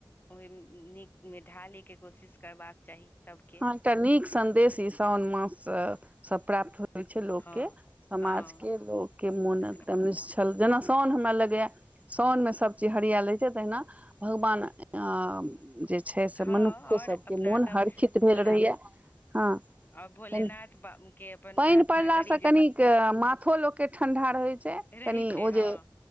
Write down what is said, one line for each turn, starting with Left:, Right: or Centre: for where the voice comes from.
Left: ओहि नीकमे ढालै के कोशिश करबाक चाही सबके।
Right: हँ एकटा नीक संदेश ई सावन माससँ सब प्राप्त होइ। होइ छै लोकके,
Left: हँ
Right: समाजके
Left: हँ
Right: लोकके
Left: ब-
Right: मोन एकदम निश्छल छल, जेना साउन हमरा लगैए साओनमे सभचीज हरियाल रहे छै, तेना तहिना भगवान जे छै से
Left: हँ
Right: मनुक्खो
Left: आओर
Right: सभके
Left: अपना
Right: मोन
Left: सब
Right: हरखित
Left: भोला
Right: भेल रहैय। हँ
Left: आओर भोलेनाथ
Right: कनि
Left: बा- के अपन
Right: पानि
Left: प्रार्थना
Right: पड़लासँ
Left: करी
Right: कनिक
Left: जे
Right: माथो लोकके ठंढा रहैत। छै से
Left: रहै
Right: कनि
Left: छै
Right: ओ जे
Left: हँ